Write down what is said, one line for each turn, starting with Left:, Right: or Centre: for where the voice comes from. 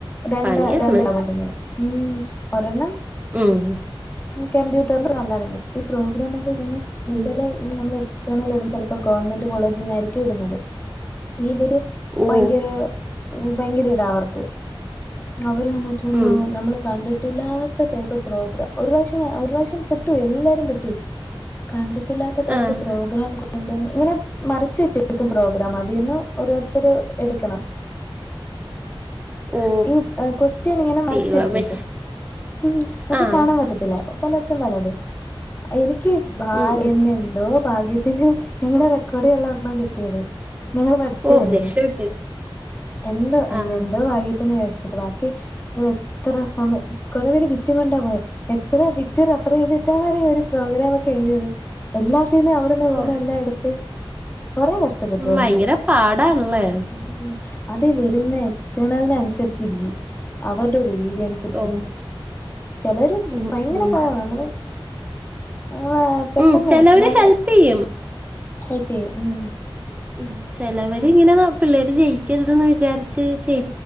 Left: രണ്ട്
Right: പണിയാണ്
Left: രണ്ട്ലാബുണ്ട് ഇങ്ങനെ ഉം ഒരെണ്ണം
Right: ഉം
Left: കമ്പ്യൂട്ടറലും നല്ലതന്നെ ഈ പ്രോഗ്രാം ഒക്കെ പിന്നെന്ന് വെച്ചാല്
Right: ഉം
Left: ഈ നമ്മെളെക്സ് എക്സ്റ്റേണല് എഴുതുമ്പ ചെലപ്പം ഗവൺമെന്റ് കോളേജിന്ന് എറക്കിവിടുന്നത് ഇവര്
Right: ഓ
Left: ഭയങ്കര ഭയങ്കര ഇതാ അവർക്ക് അവര് വന്നിട്ട് എന്തോ
Right: ഉം
Left: നമ്മൾ കണ്ടിട്ടില്ലാ ത്ത ടൈപ്പ് പ്രോഗ്രാം ഒരുപ്രവ്ശ്യം ഞാ ഒരു പ്രാവിശ്യം പെട്ടൊയി എല്ലാരും പെട്ട് പോയി. കണ്ടിട്ടില്ലാത്ത ടൈപ്പ്
Right: ആഹ്
Left: പ്രോഗ്രാമൊക്കെ കൊണ്ട് ഇങ്ങനെ മറച്ച് വെച്ചരിക്കും പ്രോഗ്രാം അതീന്ന് ഓരോരുത്തര് എടുക്കണം
Right: ഓ
Left: ഈ കൊസ്റ്റ്യനിങ്ങനെ മറിച്ച്
Right: ദൈവമേ
Left: വെച്ചേക്കും ഉം മ്മക്ക്
Right: ആഹ്
Left: കാണ പറ്റത്തില്ല പലർക്കും പലത് എനിക്ക് ഭ
Right: ഉം ഉം
Left: എന്തെന്തോ ഭാഗ്യത്തിന് ഞങ്ങളടെ റെക്കോർഡ് ചെയ്യാനുള്ള ഒരെണാ കിട്ടിയത് ഞങ്ങള്ൾ പഠിച്ചായിരുന്നു
Right: ഓ രക്ഷപ്പെട്ട്
Left: എന്തോ എന്തോ
Right: ആഹ്
Left: ഭാഗ്യത്തിന് രക്ഷപ്പെട്ട് ബാ എത്ര സമയം കൊറെ പേര് ബിറ്റും കൊണ്ടാ പോയേ എത്ര വിറ്റ് റഫർ ചെയ്തിട്ടാ ന്ന് അറിയോ അവർ ഒരു പ്രോഗ്രാം ഒക്കെ എഴുതിയത് എല്ലാത്തിനും അവിടുന്ന് ഇവിടന്ന്
Right: ഓ
Left: എല്ലാം എടുത്ത് കൊറെ കഷ് ട്ടപ്പെട്ടായിരുന്നു.
Right: ഉം ഭയങ്കര പാടാണല്ലേ
Left: ഉ അതെ വരുന്ന എക്സ്റ്റേണലിന അനുസരിച്ചിരിക്കും അവരുടെ ഒരു രീതി അനുസരിച്ച് ഇരിക്കുംചിലര്
Right: ഓ ഉം
Left: ഭയങ്കര
Right: ഉം
Left: പാവ നമ്മള് നമ്മള് പെട്ടെന്ന്
Right: ഉം ചെലവര്
Left: അതെ
Right: ഹെൽപ് ചെയ്യും
Left: ഹെൽപ്പ് ചെയ്യും ഉം
Right: ഉ ചിലവര് ഇങ്ങനെ പിള്ളേര് ജയിക്കരുതന്ന് വിചാരിച്ച് ചെയ്